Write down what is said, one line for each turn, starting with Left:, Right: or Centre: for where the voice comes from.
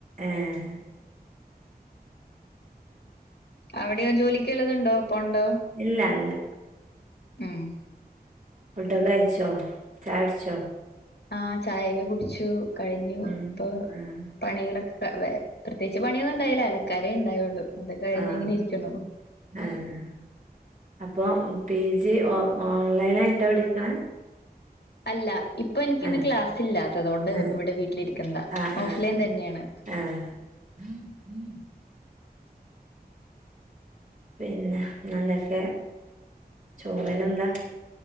Right: ഏഹ്
Left: അവിടെയോ ജോലിക്ക്‌ വല്ലതുണ്ടോ പോവ്ണ്ടോ
Right: ഇല്ല ല്ല
Left: ഉം
Right: ഫുഡോക്കെ കഴിച്ചോ ചായുടിച്ചോ
Left: ആഹ് ചായെക്കെ കുടിച്ചു കഴിഞ്ഞു
Right: ഉം
Left: ഇപ്പൊ
Right: ആഹ്
Left: പണികളൊക്കെ വെ പ്രത്യേകിച്ച് പണിയൊന്നുണ്ടായില്ല അലക്കാനേ ണ്ടായുള്ളൂ അത് കഴിഞ്ഞ്ങ്ങനെ
Right: ആഹ്
Left: ഇരിക്കുണു
Right: ആഹ് അപ്പൊ പി ജി ഒ ഓൺലൈനായിട്ടാ പഠിക്കണേ
Left: അല്ല ഇപ്പൊ എനിക്കിന്ന്
Right: ആഹ്
Left: ക്ലാസ് ഇല്ലാത്തതോണ്ട്
Right: ആഹ്
Left: ഇവിടെ വീട്ടിലിരിക്കുന്നതാ
Right: ആഹ്
Left: ഓഫ്ലൈൻ
Right: ആഹ്
Left: തന്ന്യാണ്
Right: ആഹ് <inaudible> പിന്നെ എന്തൊക്കെ ചൊറിനെന്താ